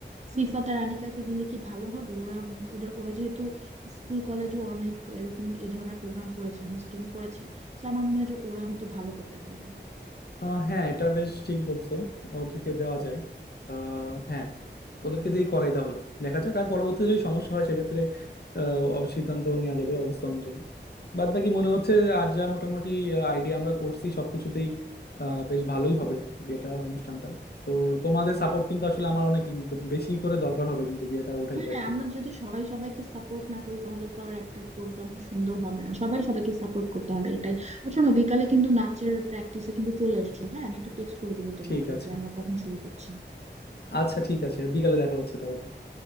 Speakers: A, on the right; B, on the left.
A: সিফাত আর আনিকাকে দিলে কি ভালো হবে ওরা উম, ওদের ওরা যেহেতু স্কুল কলেজে অনেক এরকম এই ধরনের প্রোগ্রাম করেছে হোস্টিং করেছে তো আমার মনে হয় যে ওরা হয়তো ভালো করতে পারবে
B: আহ হ্যাঁ এটা বেশ ঠিক বলছো ওদেরকে দেওয়া যায় আহ হ্যাঁ ওদেরকে দিয়েই করাই তাহলে দেখা যাক আর পরবর্তীতে যদি সমস্যা হয় সেক্ষেত্রে আহ, অব- সিদ্ধান্ত নেওয়া যাবে অবস্থা অনুযায়ী বাদ বাকি মনে হচ্ছে আর যা মোটামুটি আইডিয়া আমরা করছি সবকিছুতেই আহ, বেশ ভালোই হবে বিয়েটা অনুষ্ঠানটা তো তোমাদের সাপোর্ট কিন্তু আসলে আমার অনেক বেশি করে দরকার হবে কিন্তু বিয়েটা উঠাইতে
A: হ্যাঁ
B: আর কি
A: আমরা যদি সবাই সবাইকে সাপোর্ট না করি তাহলে তো আর একটা প্রোগ্রাম সুন্দর হবে না সবাই সবাইকে সাপোর্ট করতে হবে এটাই আর শোনো বিকালে কিন্তু নাচের প্র্যাকটিসে কিন্তু চলে এসো হ্যাঁ আমি একটা টেক্সট করে দিব তোমাকে
B: ঠিক আছে
A: যে আমরা কখন শুরু করছি
B: আচ্ছা ঠিক আছে বিকালে দেখা হচ্ছে তাহলে